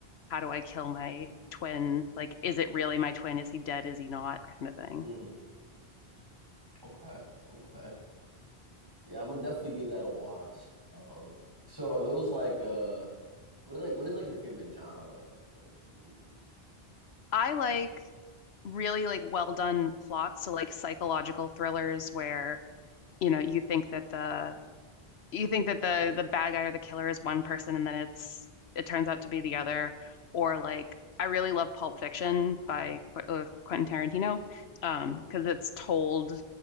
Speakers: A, on the left; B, on the right.
A: how do I kill my twin? Like, is it really my twin? Is he dead? Is he not? Kind of thing.
B: hmm Okay. Okay. Yeah, I'm gonna definitely give that a watch. Um so are those like uh what is like what is like your favorite genre in in movies?
A: I like really like well done plots. So like psychological thrillers where, you know, you think that the you think that the the bad guy or the killer is one person and then it's it turns out to be the other or like I really love Pulp Fiction by Qu uh, Quentin Tarantino um because it's told